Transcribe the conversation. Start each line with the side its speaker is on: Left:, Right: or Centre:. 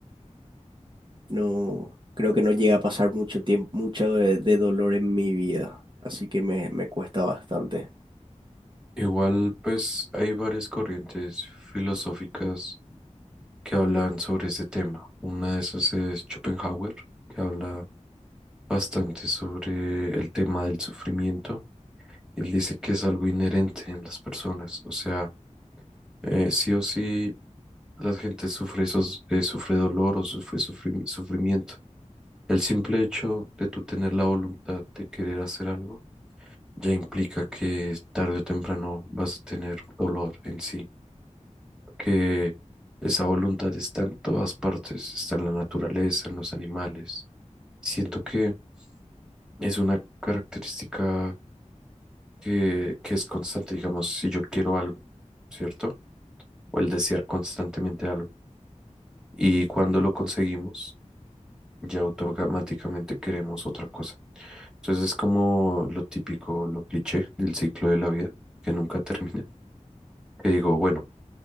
Right: no, creo que no llega a pasar mucho tiempo, mucho de, de dolor en mi vida. Así que me, me cuesta bastante.
Centre: Igual, pues hay varias corrientes filosóficas que hablan sobre ese tema. Una de esas es Schopenhauer, que habla bastante sobre el tema del sufrimiento. Él dice que es algo inherente en las personas, o sea, eh, sí o sí la gente sufre, esos, eh, sufre dolor o sufre sufrimi- sufrimiento. El simple hecho de tú tener la voluntad de querer hacer algo ya implica que tarde o temprano vas a tener dolor en sí. que esa voluntad está en todas partes, está en la naturaleza, en los animales. Siento que es una característica que, que es constante, digamos, si yo quiero algo, ¿cierto? O el desear constantemente algo. Y cuando lo conseguimos, ya automáticamente queremos otra cosa. Entonces es como lo típico, lo cliché del ciclo de la vida, que nunca <laughs> termina. Que digo, bueno,